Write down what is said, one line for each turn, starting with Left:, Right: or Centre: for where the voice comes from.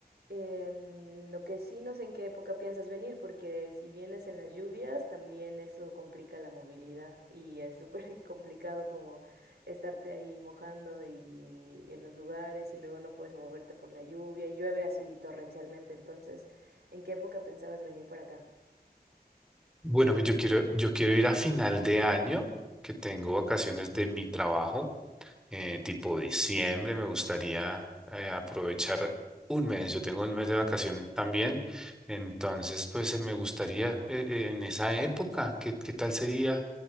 Right: Em, lo que sí no sé en qué época piensas venir, porque si vienes en las lluvias, también eso complica la movilidad y es súper <laughs> complicado como estarte ahí mojando y y en los lugares y luego no puedes moverte por la lluvia y llueve así torrencialmente, entonces ¿En qué época pensabas venir para acá?
Centre: Bueno, yo quiero, yo quiero ir a final de año, que tengo vacaciones de mi trabajo eh, tipo diciembre, me gustaría eh, aprovechar un mes. Yo tengo un mes de vacación también, entonces pues eh, me gustaría eh, eh, en esa época, ¿qué, qué tal sería?